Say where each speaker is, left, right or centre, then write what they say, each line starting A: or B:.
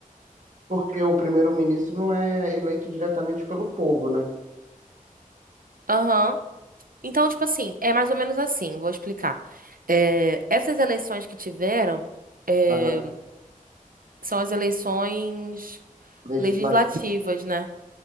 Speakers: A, on the right; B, on the right.
A: Porque o primeiro-ministro não é eleito diretamente pelo povo, né?
B: Aham. Então, tipo assim, é mais ou menos assim, vou explicar. É, Essas eleições que tiveram é,
A: Aham.
B: são as eleições
A: Legislativo.
B: legislativas, né?